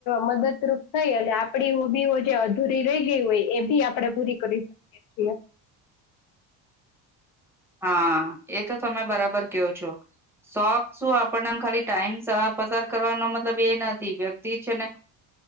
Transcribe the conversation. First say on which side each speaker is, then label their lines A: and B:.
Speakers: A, on the left; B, in the centre.
A: મદદરૂપ થઈ અને આપડી ઉઊભીઓ જે અધૂરી રહી ગઈ હોય એ બી આપડે પૂરી કરી. એ જ.
B: <inaudible> હા એ તો તમે બરાબર કવો છો શોખ શું આપણને ખાલી. ટાઈમ પસાર કરવાનો મતલબ એ નથી વ્યક્તિ છે ને